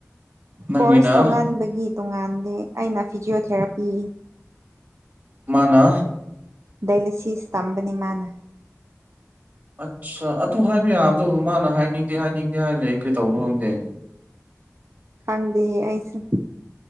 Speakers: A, on the right; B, on the right.
A: ꯅꯪꯒꯤꯅ
B: ꯀꯣꯔꯁ ꯇꯣꯉꯥꯟꯕꯒꯤ ꯇꯣꯉꯥꯟꯗꯦ ꯑꯩꯅ ꯐꯤꯖꯤꯌꯣꯊꯦꯔꯥꯄꯤ
A: ꯃꯥꯅ
B: ꯗꯏꯂꯁꯤꯁ ꯇꯝꯕꯅꯦ ꯃꯥꯅ
A: ꯑꯠꯁ ꯑꯗꯨ ꯍꯥꯏꯕ ꯌꯥꯕꯗꯕꯨ ꯃꯥꯅ ꯍꯥꯏꯅꯤꯡꯗꯦ ꯍꯥꯏꯅꯤꯡꯗꯦ ꯍꯥꯏ ꯂꯩ ꯀꯩ ꯇꯧꯕ꯭ꯔꯥ ꯈꯪꯗꯦ
B: ꯈꯪꯗꯦ ꯑꯩꯁꯨ